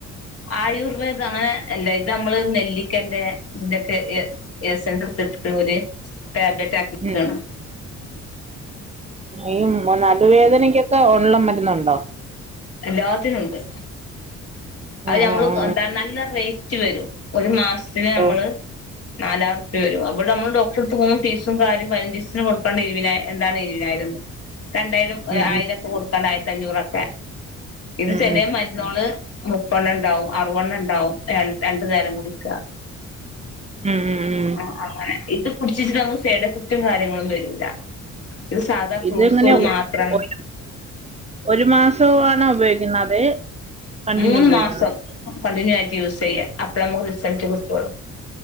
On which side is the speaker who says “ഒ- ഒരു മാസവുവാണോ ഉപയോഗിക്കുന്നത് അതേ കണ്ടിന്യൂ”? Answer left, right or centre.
Right